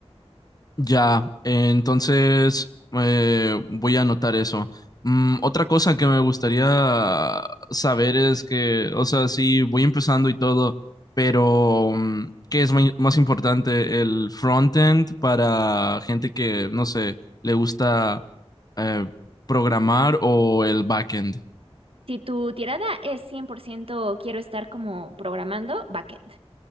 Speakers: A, on the left; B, on the right.
A: Ya, eh, entonces eh, voy a anotar eso. Mm, otra cosa que me gustaría saber es que, o sea, sí, voy empezando y todo, pero mm, ¿qué es mai- más importante? ¿El frontend para gente que, no sé, le gusta eh, programar o el backend?
B: Si tu tirada es 100% quiero estar como programando, backend.